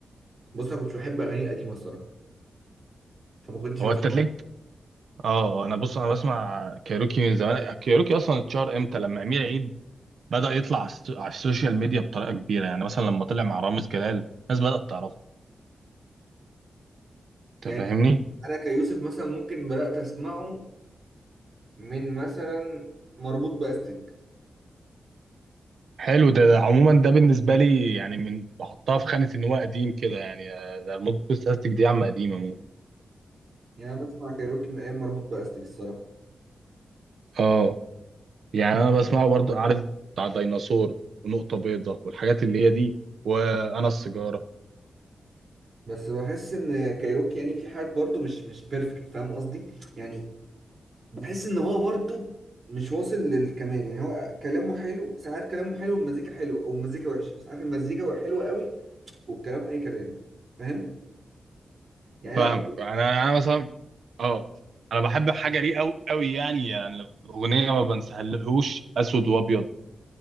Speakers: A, on the right; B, on the right.
A: بص انا كنت بحب اغاني القديمه الصراحه فما كنتش
B: هو
A: بس
B: انت تلاقيك اه اه، انا بص انا بسمع كايروكي من زمان كايروكي اصلا اتشهر امتى لما امير عيد بدأ يطلع على الس- على السوشيال ميديا بطريقه كبيره يعني مثلا لما طلع مع رامز جلال الناس بدأت تعرفه انت
A: يعني
B: فاهمني
A: انا كيوسف مثلا ممكن بدات اسمعه من مثلا مربوط باستك
B: حلو ده, ده عموما ده بالنسبه لي يعني من بحطها في خانه ان هو قديم كده يعني آه، ده الموت استاتيك دي عم قديمه مو
A: يعني انا بسمع كايروكي من ايام مربوط باستك الصراحه
B: اه يعني انا بسمعه برضو عارف بتاع ديناصور ونقطه بيضاء والحاجات اللي هي دي وانا السيجاره
A: بس بحس ان كايروكي يعني في حاجات برضو مش مش بيرفكت فاهم قصدي يعني بحس ان هو برضه مش واصل للكمال يعني هو كلامه حلو ساعات كلامه حلو والمزيكا حلو او المزيكا وحشه ساعات المزيكا حلوه قوي والكلام اي كلام فاهم يعني
B: فاهمك
A: انا بحب...
B: يعني انا انا مثلا اه انا بحب حاجه ليه قوي قوي يعني يعني الاغنيه ما بنسهلهوش اسود وابيض